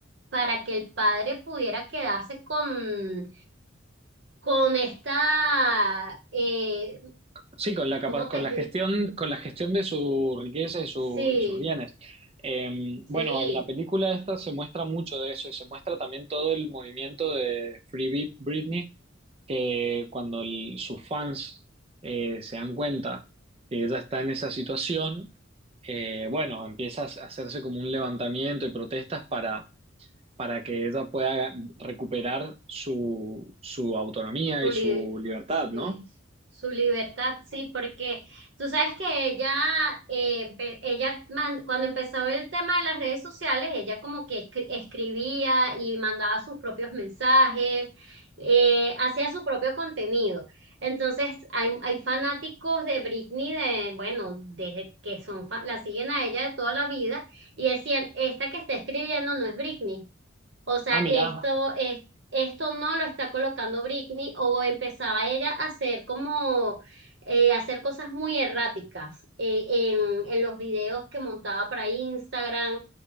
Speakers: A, on the right (about 60°); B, on the right (about 30°).
A: para que el padre pudiera quedarse con, con esta, eh,
B: Sí, con la capa-
A: ¿cómo
B: con
A: te...
B: la gestión, con la gestión de su riqueza y, su-
A: Sí,
B: y sus bienes. Eh,
A: sí.
B: bueno, en la película esta se muestra mucho de eso y se muestra también todo el movimiento de Free Brit- Britney, que cuando el- sus fans eh, se dan cuenta que ella está en esa situación, eh, bueno, empieza a hacerse como un levantamiento y protestas para, para que ella pueda recuperar su, su autonomía
A: Su,
B: y
A: li-
B: su libertad,
A: sí,
B: ¿no?
A: su libertad, sí, porque tú sabes que ella, eh, empe- ella man- cuando empezó el tema de las redes sociales, ella como que escri- escribía y mandaba sus propios mensajes, eh, hacía su propio contenido. Entonces, hay, hay fanáticos de Britney, de, bueno, desde que son, fa- la siguen a ella de toda la vida y decían, esta que está escribiendo no es Britney. O sea,
B: Ah, mirá,
A: esto es, esto no lo está colocando Britney o empezaba ella a hacer como eh, hacer cosas muy erráticas eh, en, en los videos que montaba para Instagram